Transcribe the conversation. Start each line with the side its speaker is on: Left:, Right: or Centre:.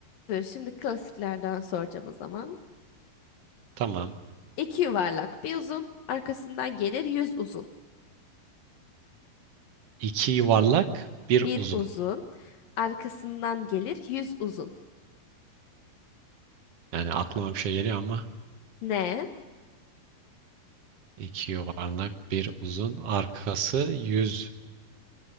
Left: Dur şimdi klasiklerden soracağım o zaman.
Right: Tamam.
Left: İki yuvarlak bir uzun, arkasından gelir yüz uzun.
Right: İki yuvarlak, bir
Left: Bir
Right: uzun.
Left: uzun, arkasından gelir yüz uzun.
Right: Yani aklıma bir şey geliyor ama
Left: Ne?
Right: iki yuvarlak, bir uzun. Arkası yüz